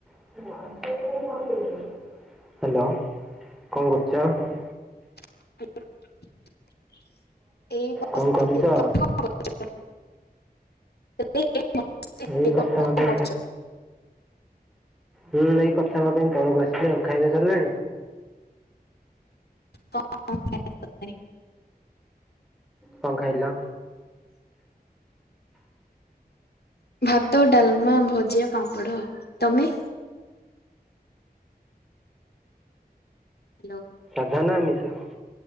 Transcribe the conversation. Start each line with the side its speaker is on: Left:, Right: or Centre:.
Centre: Hello କଣ କରୁଚ?
Left: <unintelligible> ଏଇ ବସିଥିଲି
Centre: କଣ କରୁଚ?
Left: <unintelligible> ତମେ କଣ କରୁଚ?
Centre: ଏଇ କଥା ହେବା ପାଇଁ ତ ହୁଁ ଏଇ କଥା ହେବା ପାଇଁ ତଳକୁ ଆସିଲି ଖାଇବା ସରିଲାଣି?
Left: <unintelligible>
Centre: କଣ ଖାଇଲ?
Left: ଭାତ ଡାଲମା ଭଜିଆ ପାମ୍ପଡ ତମେ? ହ୍ୟାଲୋ।
Centre: ସାଧା ନା ଆମିଷ?